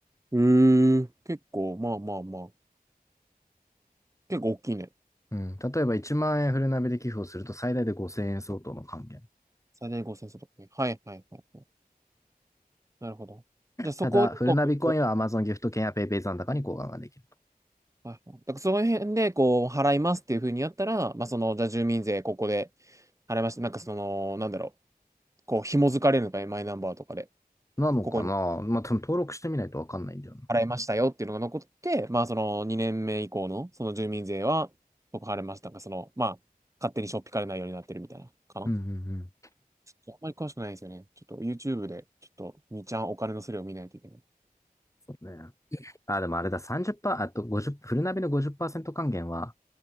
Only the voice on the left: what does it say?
うん、例えば1万円フルナビで寄付をすると最大で5000円相当の還元。
ただ、フルナビコインは Amazon ギフト券や PayPay 残高に交換ができると。
なのかなまあ、
登録してみないとわかんないんだよな。
うんうんうん。
そうね。あ、でもあれだ、30%、あと50、フルナビの50%還元は、